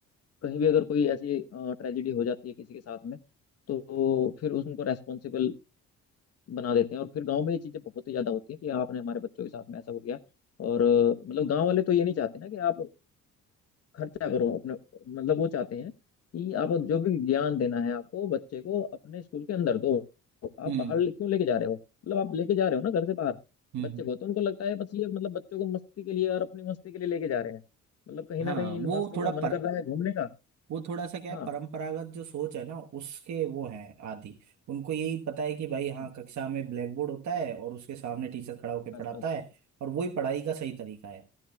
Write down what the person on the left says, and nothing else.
कहीं भी अगर कोई ऐसी ट्रेजेडी हो जाती है किसी के साथ में तो फिर उसको रेस्पॉन्सिबल बना देते हैं और फिर गाँव में ये चीज़ें बहुत ही ज़्यादा होती हैं कि आपने हमारे बच्चों के साथ में ऐसा हो गया और अ, मतलब गाँव वाले तो ये नहीं चाहते ना कि आप खर्चा करो अपने मतलब वो चाहते हैं कि आप जो भी ज्ञान देना है आपको बच्चे को अपने स्कूल के अंदर दो आप
बाहर ले- क्यों लेके जा रहे हो मतलब आप लेके जा रहे हो ना घर से बाहर
बच्चे
को तो उनको लगता है बस ये मतलब बच्चों को मस्ती के लिए और अपनी मस्ती के लिए लेके जा रहे हैं मतलब कहीं
ना कहीं इन
मास्टरों
का मन कर रहा है घूमने का
हाँ
हम्म,
बस
बस
बस बस।